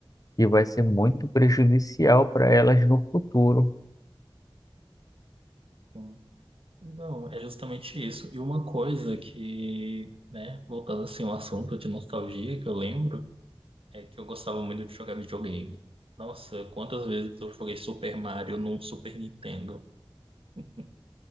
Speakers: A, on the left; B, on the right.
A: que vai ser muito prejudicial para elas no futuro.
B: sim. Não, é justamente isso. E uma coisa que, né, voltando assim ao assunto de nostalgia que eu lembro, é que eu gostava muito de jogar videogame. Nossa, quantas vezes eu joguei Super Mario num Super Nintendo? <laughs>